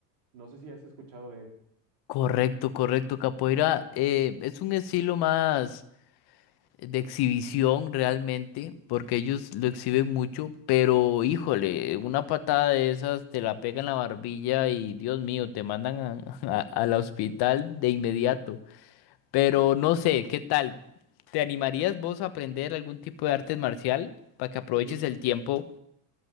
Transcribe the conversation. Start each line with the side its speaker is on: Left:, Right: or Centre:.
Right: No sé si has escuchado de él.
Left: Correcto, correcto. Capoeira, eh, es un estilo más. de exhibición realmente, porque ellos lo exhiben mucho, pero híjole, una patada de esas te la pega en la barbilla y Dios mío, te mandan a- <laughs> a- al hospital de inmediato. Pero no sé, ¿qué tal? ¿Te animarías vos a aprender algún tipo de arte marcial para que aproveches
Right: Sí,
Left: el tiempo?